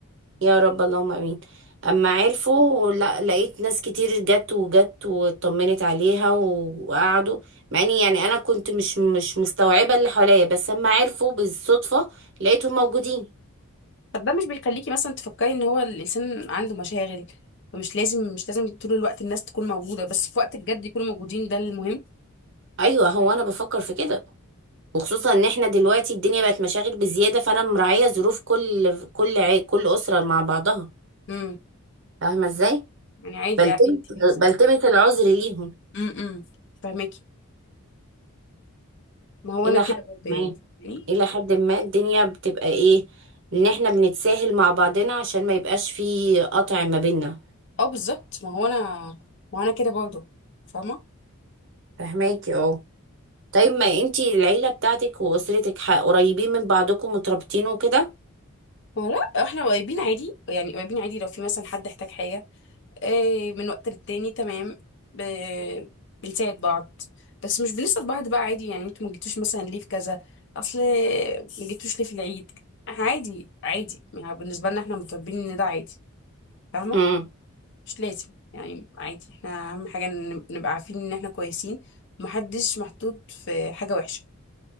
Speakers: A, on the right (about 55°); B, on the left (about 55°).
A: يا رب اللهم امين اما عرفوا لا لقيت ناس كتير جت وجت واطمنت عليها و- وقعدوا مع اني يعني انا كنت مش مش مستوعبه اللي حواليا بس اما عرفوا بالصدفه لقيتهم موجودين
B: طب ده مش بيخليكي مثلا تفكري ان هو الانسان عنده مشاغل فمش لازم مش لازم طول الوقت الناس تكون موجوده بس في وقت الجد يكونوا موجودين ده المهم
A: ايوه هو انا بفكر في كده وخصوصا ان احنا دلوقتي الدنيا بقت مشاغل بزياده فانا مراعيه ظروف كل كل عي... كل اسره مع بعضها
B: امم
A: فاهمه ازاي
B: يعني عادي
A: بلتمس
B: عادي انت بالنسبه
A: بلتمس العذر ليهم
B: امم فاهماكي ما هو
A: إلى
B: انا كده
A: حد
B: برضه
A: ما
B: يعني يعني
A: إلى حد ما الدنيا بتبقى إيه إن إحنا بنتساهل مع بعضنا عشان ما يبقاش في قطع ما بينا
B: اه بالظبط ما هو انا ما هو انا كده برضه فاهمه
A: فهماكي اه طيب ما انتي العيلة بتاعتك وأسرتك ح- قريبين من بعضكم مترابطين وكده
B: ما هو لا احنا قريبين عادي يعني قريبين عادي لو في مثلا حد احتاج حاجه آه، من وقت للتاني تمام ب... بنساعد بعض بس مش بنسأل بعض بقى عادي يعني انتوا ما جيتوش مثلا ليه في كذا اصل ما جيتوش ليه في العيد عادي عادي يعني بالنسبة لنا احنا متربيين ان ده عادي فاهمة
A: امم
B: مش لازم يعني عادي احنا اهم حاجة إن نبقى عارفين ان احنا كويسين ومحدش محطوط في حاجة وحشة